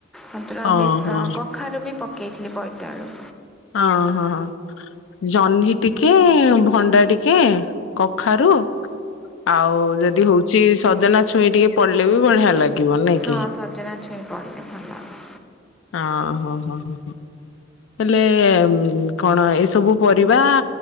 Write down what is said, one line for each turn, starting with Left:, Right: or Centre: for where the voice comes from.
Centre: ସେଥିରେ
Left: ହଁ ହଁ
Centre: କଖାରୁ ବି ପକେଇଥିଲି ବୈତାଳୁ
Left: ହଁ-ହଁ ଜହ୍ନି ଟିକେ ଭଣ୍ଡା ଟିକେ କଖାରୁ ଆଉ ଯଦି ହଉ ଛି ସଜନା ଛୁଇଁ ଟିକେ ପଡିଲେ ବି ବଢିଆ ଲାଗିବ ନାଇଁ
Centre: ହଁ
Left: କି?
Centre: ସଜନା ଛୁଇଁ ପଡ଼ିଲେ ଭଲ ଲାଗେ।
Left: ହଁ-ହଁ-ହଁ-ହଁ। ହେଲେ କଣ ଏସବୁ ପରିବା